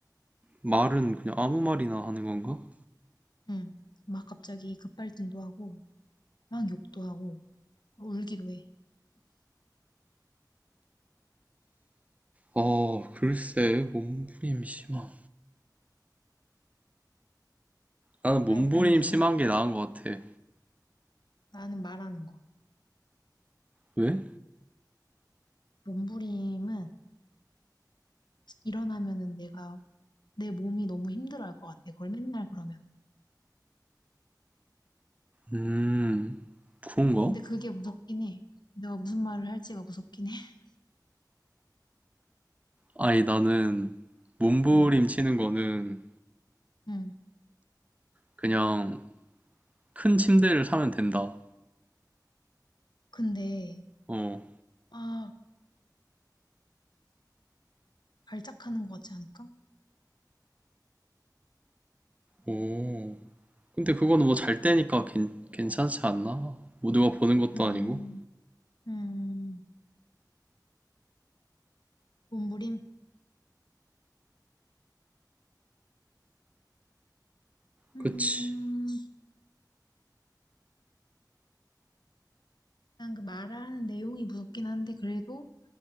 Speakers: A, on the right; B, on the left.
A: 말은 그냥 아무 말이나 하는 건가?
B: 음, 막 갑자기 급발진도 하고, 막 욕도 하고, 울기도 해.
A: 어, 글쎄, 몸부림 심한. 나는 몸부림
B: 아이고, 고민되네.
A: 심한 게 나은 것 같아.
B: 나는 말하는 거.
A: 왜?
B: 몸부림은 일어나면은 내가 내 몸이 너무 힘들어할 것 같아. 그걸 맨날 그러면.
A: 음, 그런가?
B: 근데 그게 무섭긴 해. 내가 무슨 말을 할지가 무섭긴 해. <laughs>
A: 아니, 나는 몸부림
B: 응.
A: 치는 거는
B: 응
A: 그냥 큰 침대를 사면 된다.
B: 근데
A: 어.
B: 막 발작하는 것 같지 않을까?
A: 오. 근데 그거는 뭐 잘 때니까 괜, 괜찮지 않나? 뭐 누가 보는 것도
B: 음.
A: 아니고.
B: 음. 몸부림. 음.
A: 그치.
B: 일단 그 말하는 내용이 무섭긴 한데 그래도